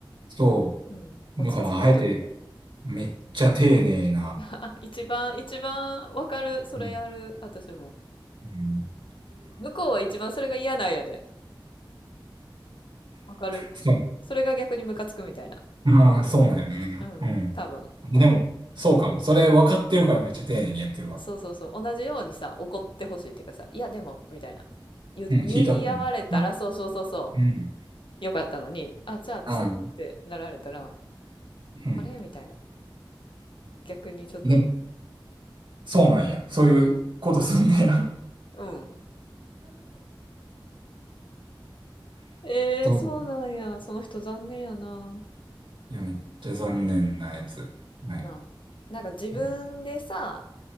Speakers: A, on the right; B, on the left.
A: そ
B: うん。落ち着くというか。
A: う。だから、あえて、めっちゃ丁寧な、
B: うん。<laughs> あ一番、一番わかる。それやる。
A: うん。
B: 私も。
A: うん
B: 向こうは一番それが嫌なんやで。わかる。
A: そう。
B: それが逆にムカつくみたいな。
A: ああ、
B: 向こうは。
A: そうなんやねうん。
B: うん。多分。
A: でも、そうかも。それ分かってるからめっちゃ丁寧にやってるわ。
B: そうそうそう。同じようにさ、怒ってほしいっていうかさ、いやでも、みたいな。言、
A: うん、
B: 言い合われたら、
A: ヒートアップね。な
B: そうそうそうそ
A: うん。
B: う。よかったのに、あ、じゃあ、
A: あの、
B: スンってなられたら、
A: うん。
B: あれみたいな。逆にちょっと。
A: ねそうなんや。そういうことすんだや。
B: うん。えー、
A: そう。
B: そうなんや。その人残念やな。
A: いや、めっちゃ残念なやつ。はい。
B: なあ。なんか自分でさ、
A: うん。